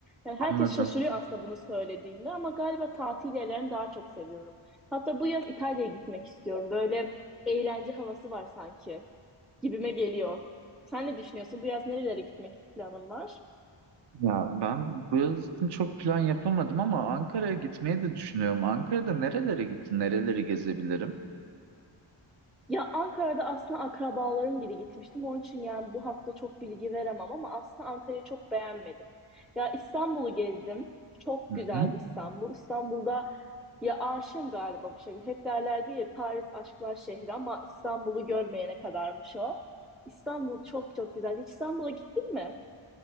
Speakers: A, in the centre; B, on the right (about 55°).
A: Yani
B: Anladım.
A: herkes şaşırıyor aslında bunu söylediğinde ama galiba tatil yerlerini daha çok seviyorum. Hatta bu yaz İtalya'ya gitmek istiyorum. Böyle eğlence havası var sanki gibime geliyor. Sen ne düşünüyorsun? Bu yaz nerelere gitmek planın var?
B: Ya ben bu yıl için çok plan yapamadım ama Ankara'ya gitmeyi de düşünüyorum. Ankara'da nerelere gittin, nereleri gezebilirim?
A: Ya Ankara'da aslında akrabalarım gibi gitmiştim. Onun için yani bu hakta çok bilgi veremem ama aslında Ankara'yı çok beğenmedim. Ya İstanbul'u gezdim. Çok
B: Hı
A: güzeldi
B: hı.
A: İstanbul. İstanbul'da ya aşığım galiba bu şekilde. Hep derlerdi ya Paris aşklar şehri ama İstanbul'u görmeyene kadarmış o. İstanbul çok çok güzel. Hiç İstanbul'a gittin mi?